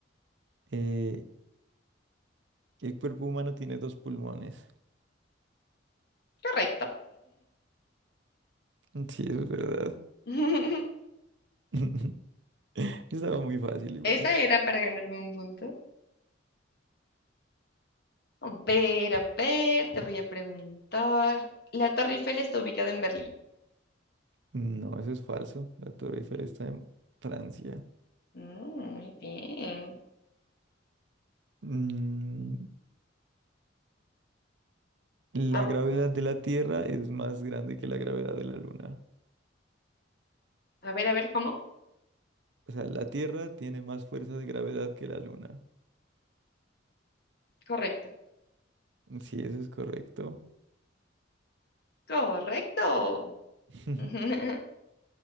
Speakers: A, on the right (about 65°); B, on the left (about 55°).
A: Eh, el cuerpo humano tiene dos pulmones.
B: correcto.
A: Mm, Sí, eso es verdad.
B: <laughs>
A: <laughs> Estaba muy fácil igual.
B: Esa era para ganarme un punto. A ver, a ver, te voy a preguntar. La Torre Eiffel está ubicada en Berlín.
A: No, eso es falso. La Torre Eiffel está en Francia.
B: Mm, muy bien.
A: Mm, La
B: A,
A: gravedad de la Tierra es más grande que la gravedad de la Luna.
B: a ver, a ver, ¿cómo?
A: O sea, la Tierra tiene más fuerza de gravedad que la Luna.
B: Correcto.
A: Sí, eso es correcto.
B: Correcto.
A: <laughs>
B: <laughs>